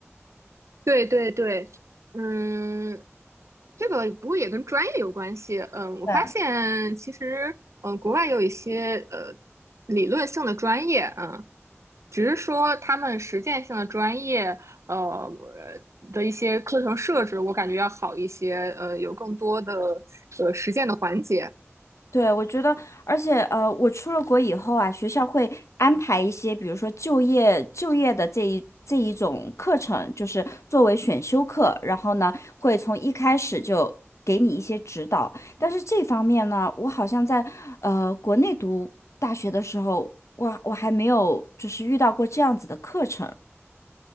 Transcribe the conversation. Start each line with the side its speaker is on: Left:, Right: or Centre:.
Right: 对对对，嗯，这个不过也跟专业有关系。嗯，我发现其实，
Left: 对。
Right: 嗯，国外有一些呃理论性的专业，嗯，只是说他们实践性的专业，呃的一些课程设置，我感觉要好一些，呃，有更多的呃实践的环节。
Left: 对，我觉得，而且呃，我出了国以后啊，学校会安排一些，比如说就业就业的这一这一种课程，就是作为选修课，然后呢，会从一开始就给你一些指导。但是这方面呢，我好像在呃国内读大学的时候，我我还没有就是遇到过这样子的课程。